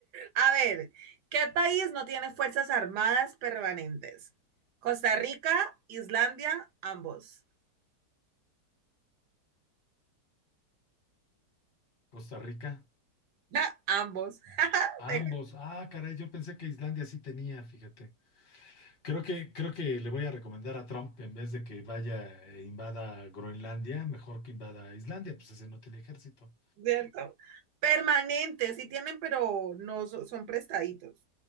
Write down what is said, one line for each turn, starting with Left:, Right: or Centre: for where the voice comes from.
Right: A ver, ¿qué país no tiene fuerzas armadas permanentes? Costa Rica, Islandia, ambos. <laughs>
Left: Costa Rica.
Right: Ja, ambos. <laughs>
Left: Ambos.
Right: Te-
Left: Ah, caray, yo pensé que Islandia sí tenía, fíjate. Creo que, creo que le voy a recomendar a Trump que en vez de que vaya e invada Groenlandia, mejor que invada Islandia, pues ese no tiene ejército.
Right: ¿Cierto? Permanentes, sí tienen, pero no so- son prestaditos.